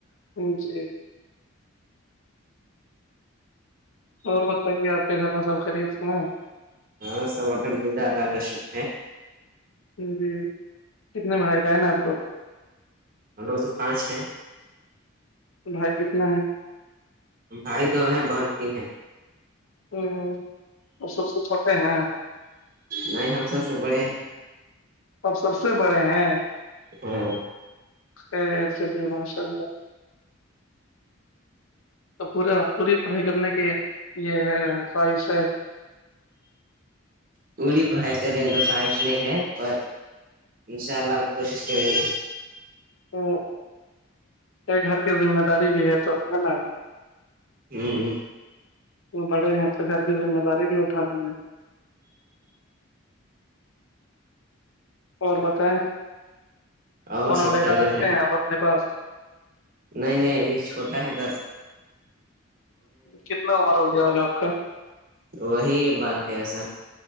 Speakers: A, on the left; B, on the right.
A: جی جی اور بتائیے آپ کے گھر میں سب خریت س ہیں
B: ہاں سب الحمد للہ اللہ کا شکر ہے
A: جی کتنے بھائی بہن ہیں آپ لوگ
B: ہم لوگ تو پانچ ہیں
A: تو بھائی کتنا ہے
B: بھائی دو ہیں بن تین ہیں
A: ہ تو سب سے چھوٹے ہیںاں
B: نہیں ہم سب سے بڑے ہیں
A: اب سب سے بڑے ہیں
B: ہاں
A: خ چلیے ماشاء اللہ تو پورا پوری پڑھائی کرنے کی یہ ہے خواہش ہے
B: پوری پڑھائی کریں گے تو خواہش نہیں ہے اور ان شاء اللہ کوشش کریں گے
A: ا گھر کی ذمہ داری بھی ہے تو ہے نا
B: ہوں
A: وہ بڑے ہیں تو گھر کی ذمہ داری بھی اٹھانی ہے اور بتائائے
B: اور
A: فون
B: سب
A: وغیرہ
B: خیریت
A: رکھتے
B: ہے
A: ہیں آپ اپنے پاس
B: نہیں نہیں ابھی چھوٹا ہے تب
A: کتنا ومارا ہو جائے گا آپ کا
B: وہی بارہ تیرہ سا